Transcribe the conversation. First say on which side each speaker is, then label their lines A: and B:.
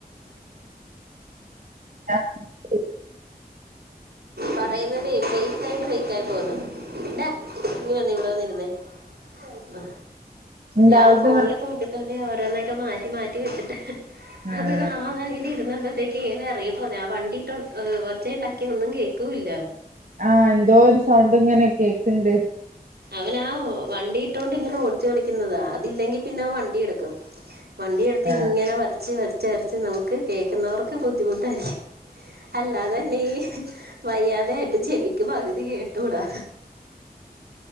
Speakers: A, on the right (about 60°); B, on the right (about 80°).
A: <unintelligible>
B: പറയുന്നതേ ബ്രേക്കായി ബ്രേക്കായി പോന്നു ടാ ഇങ്‌ വന്നേ ഇവിടെ വന്നിരുന്നേ ന്ന.
A: എന്താ
B: ഞാള്
A: അവിടുന്ന്
B: ഫോണില് തോണ്ടി, തോണ്ടി ഓരോന്നൊക്കെ മാറ്റി, മാറ്റി വെച്ചിട്ട്
A: ഏഹ്
B: അത് കാണതാ ഇര്ന്നപ്പഴത്തേക്ക് ഇങ്ങനെ എറങ്ങിപ്പോന്നെ ആഹ് വണ്ടിട്ട് ഒച്ച ഉണ്ടാക്കിയ ഒന്നും കേക്കൂല്ല
A: ആഹ് എന്തോ ഒരു സൗണ്ട് ങ്ങനെ കേക്ക് ണ്ട്
B: അവനാ വണ്ടിയിട്ടോണ്ടിങ്ങനെ ഓടിച്ചു കളിക്കുന്നതാ അതില്ലെങ്കി പിന്നെഅവൻ വണ്ടിയെടുക്കും. വണ്ടിയെടുത്ത്
A: ആ
B: ഇങ്ങനെ വരച്ച് വരച്ച് വരച്ച് നമുക്ക് കേക്കുന്നവർക്ക് ബുദ്ധിമുട്ടായിരി അല്ലാതനീ വയ്യാതെ ആയിട്ട് ചെവിക്ക് പകുതി കേട്ടുടാ